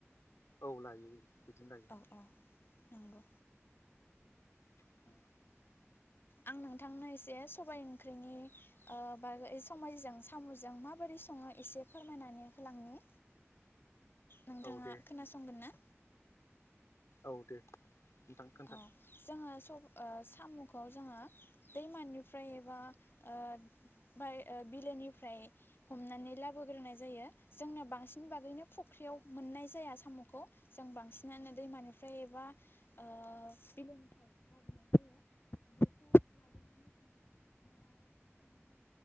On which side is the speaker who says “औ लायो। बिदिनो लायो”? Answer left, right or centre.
Left